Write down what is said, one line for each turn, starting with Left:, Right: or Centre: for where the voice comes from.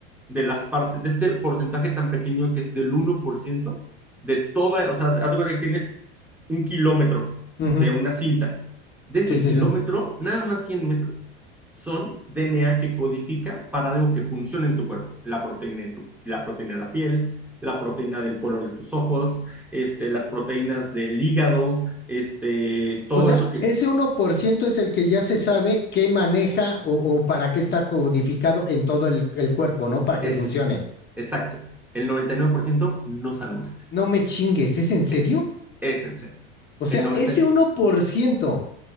Centre: de las partes, de este porcentaje tan pequeño que es del uno por ciento de toda, o sea, haz de cuenta que tienes un kilómetro
Left: ujú,
Centre: de una cinta. De ese
Left: Sí, sí,
Centre: kilómetro,
Left: sí.
Centre: nada más 100 metros son DNA que codifica para algo que funcione en tu cuerpo. La proteína de, tu, la proteína de la piel, la proteína del color de tus ojos, este, las proteínas del hígado, este, todo
Left: O sea,
Centre: eso que
Left: ese uno por ciento es el que ya se sabe qué maneja o, o para qué está codificado en todo el, el cuerpo, ¿no? Para
Centre: es
Left: que funcione.
Centre: exacto. El 99% no sabemos qué es.
Left: No me chingues, ¿es en serio?
Centre: Es, es en serio.
Left: O sea,
Centre: El 90,
Left: ese uno por ciento.